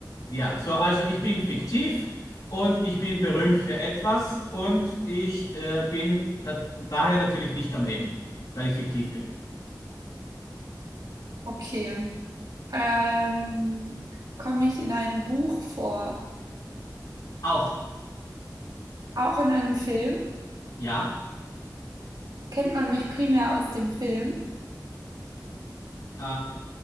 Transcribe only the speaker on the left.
Ja, so, also ich bin fiktiv und ich bin berühmt für etwas und ich äh, bin da, daher natürlich nicht am Leben, weil ich fiktiv bin.
Auch,
ja.
Äh,